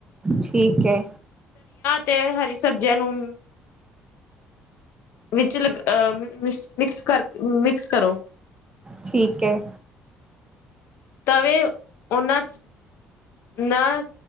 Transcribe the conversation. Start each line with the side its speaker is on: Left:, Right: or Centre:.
Right: ਠੀਕ ਹੈ।
Left: ਤੇ ਹਰੀ ਸਬਜ਼ੀਆਂ ਨੂੰ ਵਿੱਚ ਲ ਮ ਮਿਕਸ ਕਰ, ਮਿਕਸ ਕਰੋ।
Right: ਠੀਕ ਹੈ।
Left: ਤਵੇ, ਉਹਨਾਂ ਚ ਨਾ